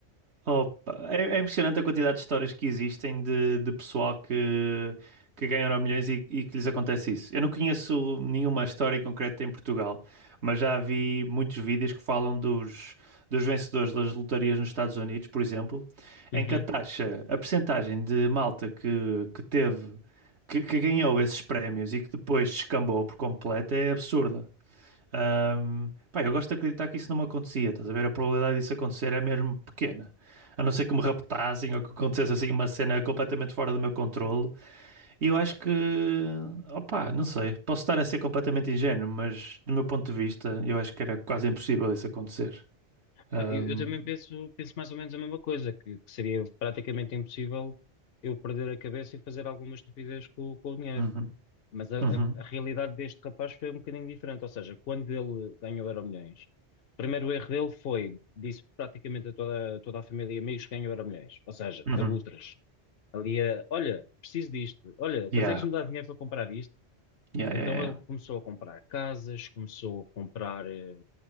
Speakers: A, on the right; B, on the left.
A: Opa, é, é impressionante a quantidade de histórias que existem de, de pessoal que, que ganha Euromilhões e, e que lhes acontece isso. Eu não conheço nenhuma história em concreto em Portugal, mas já vi muitos vídeos que falam dos, dos vencedores das lotarias nos Estados Unidos, por exemplo,
B: Uhum.
A: em que a taxa, a percentagem de malta que, que teve, que, que ganhou esses prémios e que depois descambou por completo é absurda. Ahm, pá, eu gosto de acreditar que isso não me acontecia, estás a ver? A probabilidade disso acontecer é mesmo pequena. A não ser que me raptassem ou que acontecesse assim uma cena completamente fora do meu controle. E eu acho que, opá, não sei, posso estar a ser completamente ingênuo, mas do meu ponto de vista, eu acho que era quase impossível isso acontecer. Ahm,
B: Pá, Eu, eu também penso, penso mais ou menos a mesma coisa, que, que seria praticamente impossível eu perder a cabeça e fazer alguma estupidez com, com o dinheiro.
A: uhum,
B: Mas a, a-
A: uhum,
B: a realidade deste rapaz foi um bocadinho diferente. Ou seja, quando ele ganhou o Euromilhões, o primeiro erro dele foi, disse praticamente a toda, toda a família e amigos que ganhou Euromilhões. Ou seja,
A: uhum.
B: abutres. Ali a, olha, preciso disto, olha, consegues-me
A: Yeah,
B: dar dinheiro para comprar isto?
A: yeah,
B: Então
A: yeah, yeah. yeah.
B: ele começou a comprar casas, começou a comprar eh,